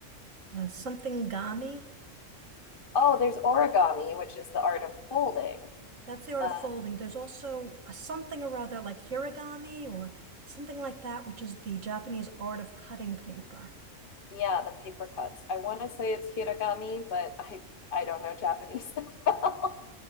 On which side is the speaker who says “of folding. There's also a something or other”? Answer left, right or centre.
Right